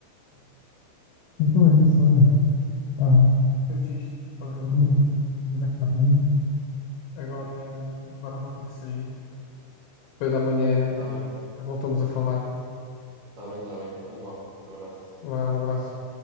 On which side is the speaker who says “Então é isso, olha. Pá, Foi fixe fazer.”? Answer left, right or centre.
Left